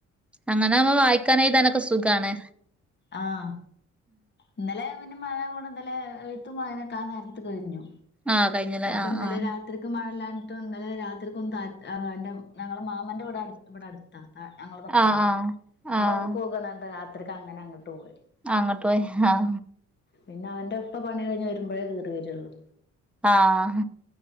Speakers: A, in the centre; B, on the left (about 35°).
A: അങ്ങനൊവുമ്പോ വായിക്കാനഴതാനൊക്കെ സുഖമാണ്
B: ആഹ ഇന്നലെ പിന്നെ മഴ വോണ്ട് ഇന്നലെ എഴുത്തും വായനൊക്കെ ആ നേരത്ത് കഴിഞ്ഞു
A: ആഹ് കഴിഞ്ഞില്ലേ
B: അപ്പൊ
A: ആഹ്
B: ഇന്നലെ
A: ആഹ്
B: രാത്രിക്ക് മഴല്ലാഞ്ഞിട്ടും ഇന്നല രാത്രികൊന്ന് താ ആങ്ങൾടെ ഞങ്ങളെ മാമന്റെ വീട് ഇവിടെ അടുത്താ ഞങ്ങുടെ തൊട്ടന്നെ
A: ആഹ് ആഹ്
B: അപ്പൊ
A: ആഹ്
B: അവിടെകൊകാന്നർ രാത്രി ത്രയ്ക്ക് അങ്ങനെ അങ്ങോട്ട പോവൽ
A: അങ്ങോട്ട് പോയി ആഹ
B: പിന്നെ അവന്റെ ഇപ്പ പണി കഴിഞ് വരുമ്പോഴേ കേറി വെരുള്ളൂ.
A: ആഹ